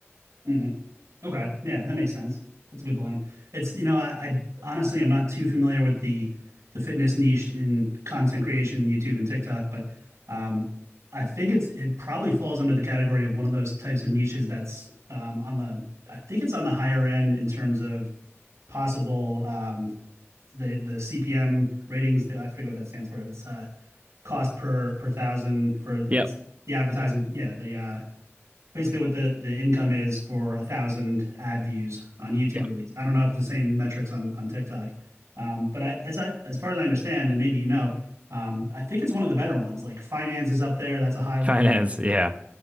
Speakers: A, on the right; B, on the right.
A: Mm-hmm. Okay. Yeah, that makes sense. That's a good plan. It's, you know, I, I honestly I'm not too familiar with the the fitness niche in content creation, YouTube and TikTok, but um I think it's it probably falls under the category of one of those types of niches that's um on the I think it's on the higher end in terms of possible um the the CPM ratings I forget what that stands for. It's uh cost per per thousand for it's
B: Yep.
A: the advertising, yeah, the uh basically what the the income is for a thousand ad views on YouTube
B: Yep.
A: at least. I don't know if it's the same metrics on on TikTok, um, but I as I as far as I understand, and maybe you know, um, I think it's one of the better ones. Like finance is up there. That's a high one.
B: Finance, yeah.